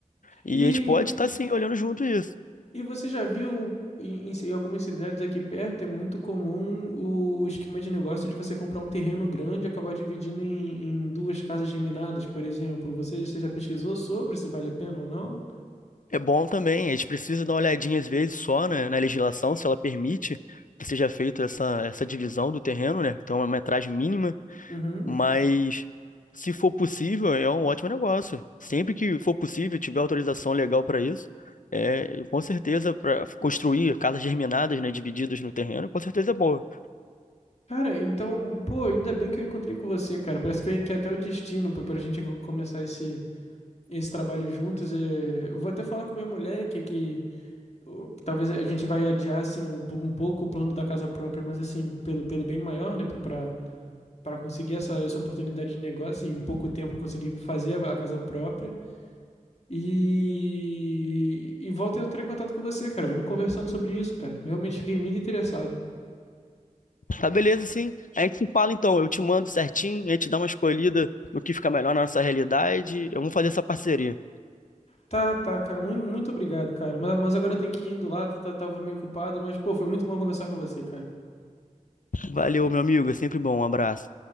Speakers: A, on the left; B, on the left.
A: E
B: E.
A: a gente pode estar sim olhando junto isso.
B: E você já viu em, em ci- em algumas cidades aqui perto, é muito comum o esquema de negócio de você comprar um terreno grande e acabar dividindo em, em duas casas geminadas, por exemplo. Você, você já pesquisou sobre se vale a pena ou não?
A: É bom também, a gente precisa dar uma olhadinha às vezes só, né, na legislação, se ela permite que seja feita essa, essa divisão do terreno, né? Então é uma metragem mínima,
B: Uhum.
A: mas se for possível, é um ótimo negócio. Sempre que for possível, tiver autorização legal para isso, é, com certeza para construir casas germinadas, né, divididas no terreno, com certeza é boa.
B: Cara, então, pô, ainda bem que eu encontrei com você, cara. Parece que, que é até o destino pra, pra gente co- começar esse, esse trabalho juntos. É, eu vou até falar com minha mulher que, que ô, talvez a gente vai adiar, assim, um, po- um pouco o plano da casa própria, mas, assim, pelo, pelo bem maior, né? Pra, para conseguir essa, essa oportunidade de negócio, e em pouco tempo eu consegui fazer a, a casa própria. E, e volto a entrar em contato com você, cara. Vamos conversando sobre isso, cara. Realmente fiquei muito interessado.
A: Tá beleza, sim. A gente se fala então, eu te mando certinho, a gente dá uma escolhida no que fica melhor na nossa realidade, eu vou fazer essa parceria.
B: Tá, tá, cara. Muito, muito obrigado, cara. Mas, mas agora eu tenho que ir indo lá, tá- tá- tava meio ocupado, mas, pô, foi muito bom conversar com você, cara.
A: Valeu, meu amigo, é sempre bom, um abraço.